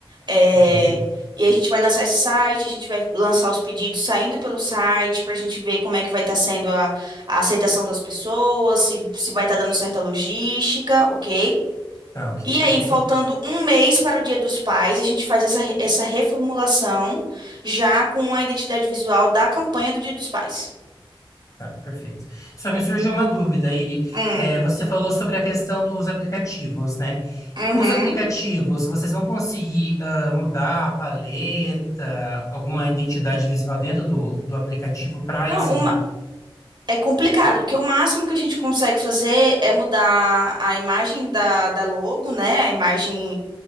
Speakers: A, on the right; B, on the left.
A: É,
B: ok,
A: e a gente vai lançar esse site, a gente vai lançar os pedidos saindo pelo site para a gente ver como é que vai estar sendo a, a aceitação das pessoas, se, se vai estar dando certa logística, ok?
B: tá, ok,
A: E
B: perfeito.
A: aí, faltando um mês para o Dia dos Pais, a gente faz essa, re- essa reformulação já com a identidade visual da campanha do Dia dos Pais.
B: Tá, perfeito. Só me surgiu uma dúvida, Iri.
A: Hum,
B: É, você falou sobre a questão dos aplicativos, né?
A: uhum.
B: Os aplicativos, vocês vão conseguir ah, mudar a paleta, alguma identidade visual dentro do, do aplicativo para
A: Não,
B: esse.
A: uma- é complicado, porque o máximo que a gente consegue fazer é mudar a imagem da, da logo, né? A imagem